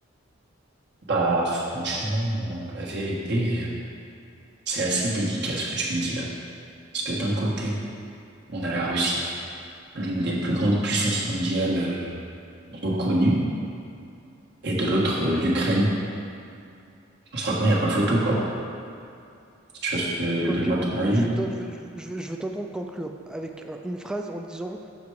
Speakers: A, on the right; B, in the centre.
A: Bah, franchement, euh, la vérité, euh, c'est assez délicat ce que tu me dis là. Parce que d'un côté, on a la Russie, l'une des plus grandes puissances mondiales euh, reconnues, et de l'autre, euh, l'Ukraine. Franchement, il n'y a pas photo, quoi. Tu vois ce que,
B: Ok,
A: donne-moi
B: mais
A: ton avis.
B: je veux t'en- je veux- je veux- je veux- je veux t'entendre conclure avec un- une phrase en disant